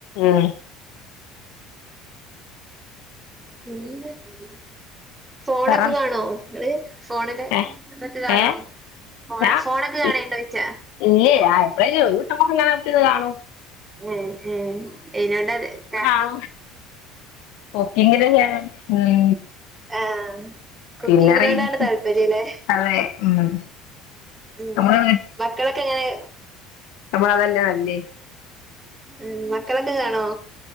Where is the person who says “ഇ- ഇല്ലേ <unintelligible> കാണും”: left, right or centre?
Left